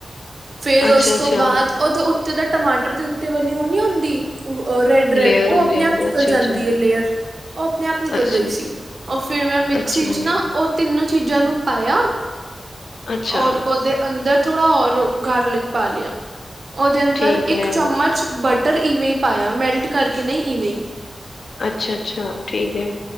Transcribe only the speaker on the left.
ਅੱਛਾ
ਅੱਛਾ
ਲੇਅਰ
ਹੁੰਦੇ
ਆ
ਅੱਛਾ
ਅੱਛਾ।
ਅੱਛਾ
ਅੱਛਾ
ਅੱਛਾ
ਠੀਕ
ਹੈ।
ਅੱਛਾ ਅੱਛਾ ਠੀਕ ਹੈ